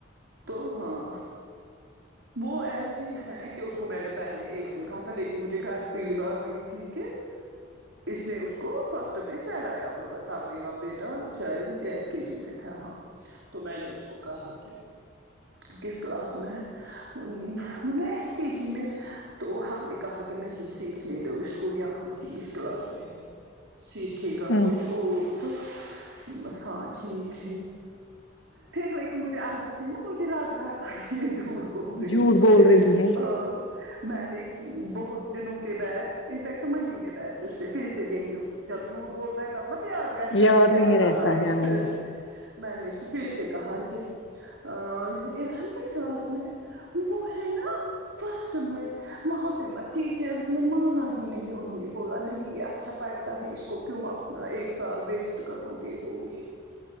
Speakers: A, on the right (about 80°); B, on the left (about 75°).
A: تو ہاں وہ ایسی ہیں کہ اس کو میں نے پہلے ایک دن کہا تھا لیکن مجھے گٹ فیلنگ آ رہی تھی کہ اس نے اس کو فس تو میں چڑھایا ہوگا تب میرا بیٹا شاید ایس کے جی میں تھا ہاں تو میں نے اس کو کہا کہ کس کلاس میں ہیں انہوں نے ایس کے جی میں تو ہم نے کہا کہ نہیں سیکھنے دو اس کو کو یہاں ہی اس کلاس میں سیکھے گا
B: ہ
A: کچھ اور تو بس ہاں ٹھیک پھر لیکن مجھے اندر سے نا مجھے لگ رہا تھا کہ یہ جور بول رہی
B: جھوٹ
A: ہیں
B: بول رہی ہے
A: ہاں میں نے بہت دنوں کے بعد انفیکٹ مہینے بعد اس سے پھر سے یہی جب جھوٹ بولتا ہے تب متیاد کہتا
B: یاد
A: ہے کیا
B: نہیں رہتا
A: کہا ہے
B: ہمیں
A: کیا میں نے اس کو فھر سے کہا ہے کہ ایرم کس کلاس میں ہیں وہ ہے نا فرسٹ میں وہاں پہ ٹیچرس نے مانا ہی نہیں انہوں نے بولا نہیں یہ اچھا پڑھتا تا ہے اس کو کیوںنا ایک سال ویسٹ کرو گے ہو یہ